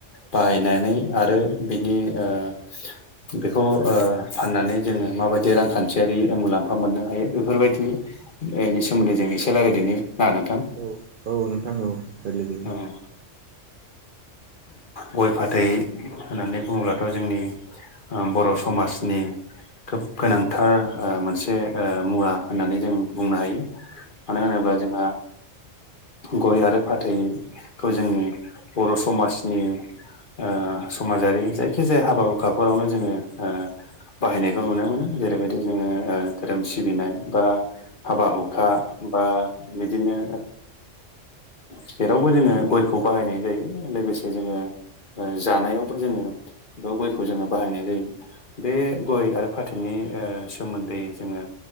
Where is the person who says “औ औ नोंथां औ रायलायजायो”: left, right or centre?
Right